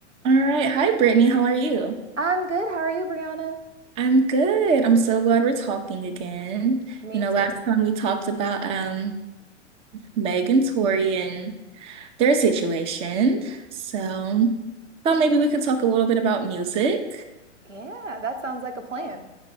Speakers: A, on the right; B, on the right.
A: All right. Hi, Brittany. How are you?
B: I'm good. How are you, Brianna?
A: I'm good. I'm so glad we're talking again.
B: Me
A: You know,
B: too.
A: last time we talked about um Meg and Tori and their situation. So thought maybe we could talk a little bit about music.
B: Yeah, that sounds like a plan.